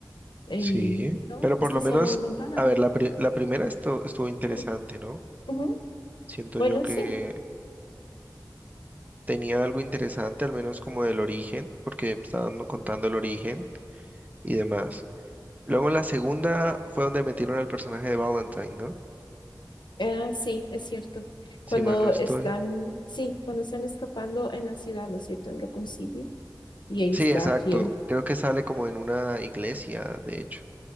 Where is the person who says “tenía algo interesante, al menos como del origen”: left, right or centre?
Right